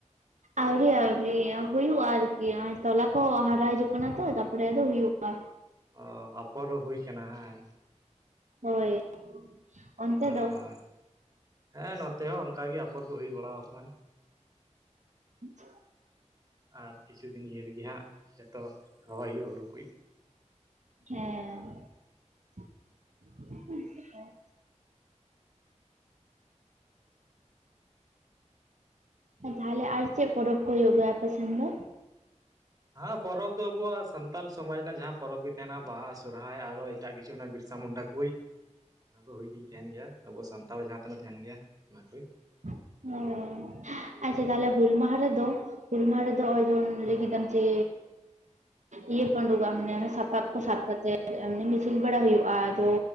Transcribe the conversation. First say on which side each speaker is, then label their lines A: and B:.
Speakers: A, on the right (about 75°); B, on the right (about 30°).
A: ᱟᱹᱣᱨᱤ ᱟᱹᱣᱨᱤ ᱦᱩᱭᱩᱜᱼᱟ ᱟᱨᱠᱤ ᱱᱚᱜᱼᱚᱭ ᱛᱚᱞᱟ ᱠᱚ ᱦᱟᱨᱟ ᱦᱤᱡᱩᱜ ᱠᱟᱱᱟ ᱛᱚ ᱛᱟᱯᱚᱨᱮ ᱟᱫᱚ ᱦᱩᱭᱩᱜᱼᱟ᱾
B: ᱚ ᱟᱯᱷᱚᱨ ᱦᱩᱭ ᱟᱠᱟᱱᱟ ᱦᱮᱸ
A: ᱦᱳᱭ ᱚᱱᱛᱮ
B: ᱚ-ᱚ
A: ᱫᱚ
B: ᱮ ᱱᱚᱛᱮ ᱦᱚᱸ ᱚᱱᱠᱟᱜᱮ ᱟᱯᱷᱚᱨ ᱠᱚ ᱦᱩᱭ ᱵᱟᱲᱟ ᱟᱠᱟᱱᱟ᱾
A: <unintelligible>
B: ᱟᱨ ᱠᱤᱪᱷᱩ ᱫᱤᱱ ᱤᱭᱟᱹ ᱨᱮᱜᱮ ᱦᱟᱸᱜ ᱡᱚᱛᱚ ᱨᱚᱦᱚᱭ ᱦᱩᱭᱩᱜ ᱦᱩᱲᱩ ᱠᱚ <unintelligible>
A: ᱦᱮᱸᱦᱮ ᱛᱟᱦᱞᱮ ᱟᱨ ᱪᱮᱫ ᱯᱚᱨᱚᱵᱽ ᱠᱚ ᱦᱩᱭᱩᱜ ᱜᱮᱭᱟ ᱟᱯᱮ ᱥᱮᱱ ᱫᱚ?
B: ᱦᱮᱸ ᱯᱚᱨᱚᱵᱽ ᱫᱚ ᱟᱵᱚᱣᱟᱜ ᱥᱟᱱᱛᱟᱞ ᱥᱚᱢᱟᱡᱽ ᱨᱮᱱᱟᱜ ᱡᱟᱦᱟᱸ ᱯᱚᱨᱚᱵᱽ ᱜᱮ ᱛᱟᱦᱮᱱᱟ ᱵᱟᱦᱟ ᱥᱚᱨᱚᱦᱦᱟᱭ ᱟᱨᱚ ᱮᱴᱟᱜ ᱠᱤᱪᱷᱩ ᱵᱤᱨᱥᱟ ᱢᱩᱱᱰᱟ ᱦᱩᱭ ᱚᱱᱟ ᱠᱚ ᱦᱩᱭ ᱤᱫᱤ ᱛᱮᱜᱮ ᱛᱟᱦᱮᱱ ᱜᱮᱭᱟ ᱟᱵᱚ ᱥᱟᱱᱛᱟᱲ ᱡᱟᱦᱟᱸ ᱛᱤᱱᱟᱹᱜ ᱛᱟᱦᱮᱱ ᱜᱮᱭᱟ ᱚᱱᱟ ᱠᱚ
A: ᱚ ᱟᱪᱪᱷᱟ ᱛᱟᱦᱚᱞᱮ ᱦᱩᱞ ᱢᱟᱦᱟ ᱨᱮᱫᱚ ᱦᱩᱞ ᱢᱟᱦᱟ ᱨᱮᱫᱚ ᱱᱚᱜᱼᱚᱭ ᱵᱚᱱ ᱞᱟᱹᱭ ᱠᱮᱫᱟᱢ ᱡᱮ, ᱤᱭᱟᱹ ᱯᱮ ᱩᱰᱩᱠᱚᱜᱼᱟ ᱢᱟᱱᱮ ᱥᱟᱯᱟᱵ ᱠᱚ ᱥᱟᱵ ᱠᱟᱛᱮ ᱮᱢᱱᱤ ᱢᱤᱪᱷᱤᱞ ᱵᱟᱲᱟ ᱦᱩᱭᱩᱜᱼᱟ, ᱟᱫᱚ